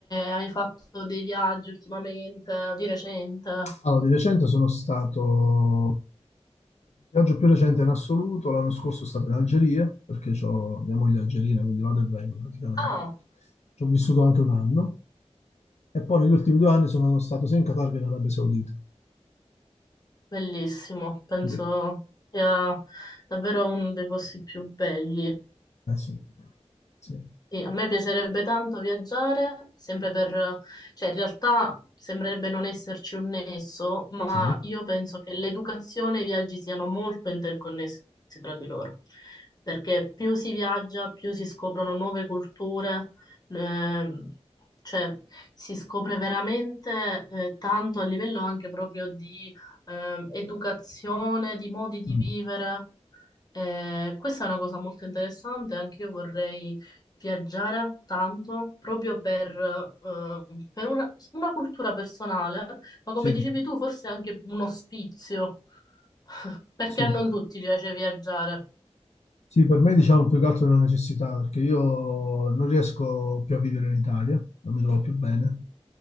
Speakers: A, on the left (about 35°); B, on the left (about 75°).
A: hai fatto dei viaggi ultimamente o di recente?
B: Allora, di recente sono stato, il viaggio più recente in assoluto, l'anno scorso sono stato in Algeria, perché ho mia moglie è algerina, quindi vado e vengo praticamente.
A: Ah,
B: Ci ho vissuto anche un anno, e poi negli ultimi due anni sono stato sia in Qatar che in Arabia Saudita.
A: Bellissimo, penso
B: Quindi,
A: sia davvero uno dei posti più belli.
B: eh sì, sì,
A: Sì, a me piacerebbe tanto viaggiare, sempre per, cioè in realtà sembrerebbe non esserci un nesso, ma
B: sì,
A: io penso che l'educazione e i viaggi siano molto interconnessi tra di loro, perché più si viaggia, più si scoprono nuove culture, ehm, cioè si scopre veramente eh, tanto a livello anche proprio di ehm, educazione, di modi di
B: Mm.
A: vivere. Eh, questa è una cosa molto interessante, anche io vorrei viaggiare tanto proprio per, eh, per una, una cultura personale, ma come
B: sì,
A: dicevi tu, forse anche uno sfizio, <laughs> perché
B: sì.
A: a non tutti piace viaggiare.
B: Sì, per me diciamo più che altro è una necessità, perché io non riesco più a vivere in Italia, non mi trovo più bene,